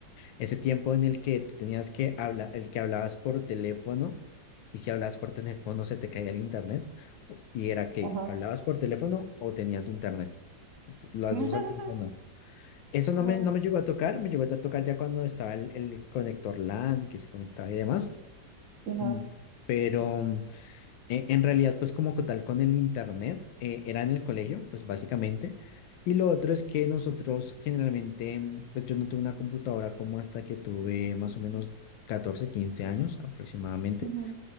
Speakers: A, on the left; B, on the right.
A: ese tiempo en el que tú tenías que hablar, el que hablabas por teléfono y si hablabas por teléfono se te caía el internet y era que
B: Ajá.
A: hablabas por teléfono o tenías internet. Las
B: <laughs>
A: dos al tiempo no. Eso no
B: Ajá,
A: me, no me llegó a tocar, me llegó a tocar ya cuando estaba el, el conector LAN que se conectaba y demás.
B: ajá,
A: Mm, Pero mm, e- en realidad, pues como co- tal con el internet, eh, era en el colegio, pues básicamente. Y lo otro es que nosotros generalmente, mm, pues yo no tuve una computadora como hasta que tuve más o menos 14 15 años aproximadamente.
B: ujú,